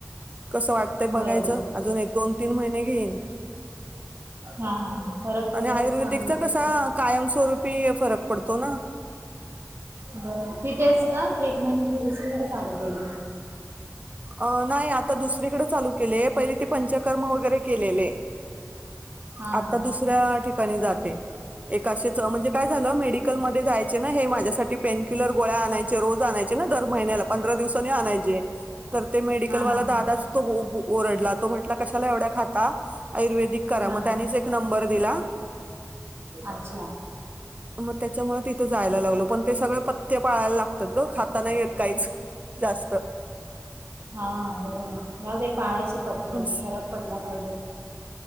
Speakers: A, on the right; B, on the right.
A: कसं वाट ते बघायचं
B: बरोबर
A: अजून एक दोन तीन महिने घेईन
B: हा हा हा फरक पडला
A: आणि आयुर्वेदिकचा
B: तर चांगली गोष्ट
A: कसा कायमस्वरूपी फरक पडत. तो ना.
B: बरोबर तिथेच का ट्रीटमेंट कि दुसरीकडे चालू केली.
A: अ नाही आता दुसरीकडें चालू केलेय पहिले ते पंचकर्म वगैरे केलेले.
B: हा
A: आता
B: हा
A: दुसऱ्या ठिका एका ठिकाणी जाते, एकाशे म्हणजे काय झालं मेडिकलमध्येध्ये जाय ना हे माझ्यासाठी पेन किलर गोळ्या आणायचे रोज आणायचे ना दर महिन्याला पंधरा दिवसानी आणायचे! तर ते मेडिकलवाला
B: हा हा हा
A: दादाच तो ओ बो ओरडला तो म्हंटला कशाला एवढ्या खाता? आयुर्वेदिक करा
B: हा
A: मग
B: हा
A: त्यानेच एक नंबर दिला
B: अच्छा
A: मग त्याच्यामुळे तिथे जायला लागलो पण ते सगळे पत्त्य पाळायला लागतात ग खाता नाही येत काहीच जास्त!
B: हां बरोबर आहे जाऊदे पाळायचे पथ्य,
A: हम्म.
B: फरक पडला पाहिजे.